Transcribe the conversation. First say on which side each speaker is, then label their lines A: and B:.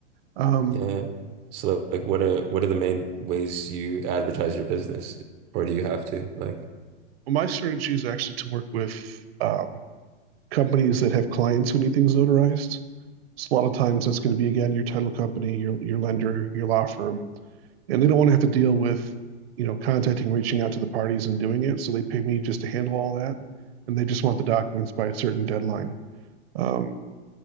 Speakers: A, on the right; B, on the right.
A: Um,
B: yeah. So, like, what are what are the main ways you advertise your business, or do you have to like?
A: well, my strategy is actually to work with um, companies that have clients who need things notarized. So a lot of times that's going to be again your title company, your your lender, your law firm, and they don't want to have to deal with you know contacting, reaching out to the parties, and doing it. So they pay me just to handle all that, and they just want the documents by a certain deadline. Um,